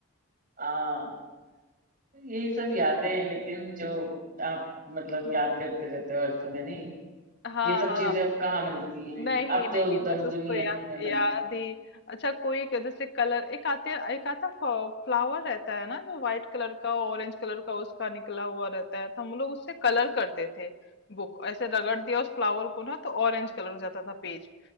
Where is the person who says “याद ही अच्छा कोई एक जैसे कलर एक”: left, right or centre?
Left